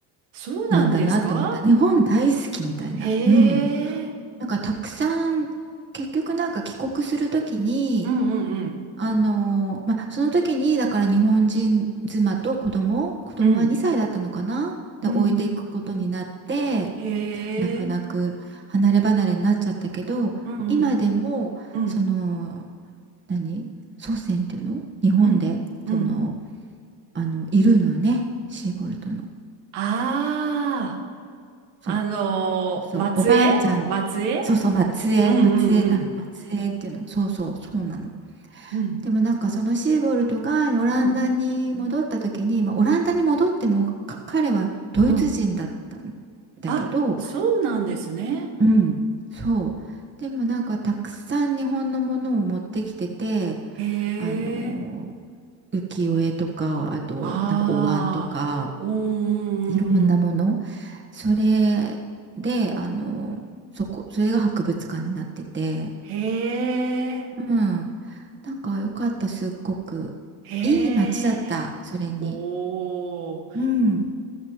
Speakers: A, on the right; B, on the right.
A: そうなんですか
B: なんだなって思った。日本大好きみたいな。
A: へえ、
B: うん。なんか、たくさん、結局なんか帰国するときに、
A: うんうん
B: あのーまあ、その時に、だから日本人妻と子供、子供は2歳だったのかなで置いていくことになって、
A: うん、うん、うん、へえ、
B: 泣く泣く離れ離れになっちゃったけど今でもその
A: うんうん、うん、
B: 何祖先っていうの日本でその
A: うん、うん。
B: あのいるのよねシーボルトの
A: ああ。
B: そう
A: あのー松江松江
B: そうそうおばあちゃんそうそう松江松江だ松江っていうのそうそうそうなの
A: うんうんうん。うん
B: でもなんかそのシーボルトがオランダに戻った時に、
A: うん
B: まあ、オランダに戻ってもか彼はドイツ人だったんだけど
A: うん。あ、そうなんですね。
B: うん、そう。でもなんかたくさん日本のものを持ってきてて、
A: へ
B: あのー
A: え。
B: 浮世絵とか、あとなんかお椀とか、
A: ああ。うんうんうん
B: いろんなもの。それで、あのーそこ、それが博物館になってて、
A: へえ。
B: うん。なんか良かった、すっごく。
A: へ
B: いい街だった、
A: え。
B: それに。
A: おー。
B: うん。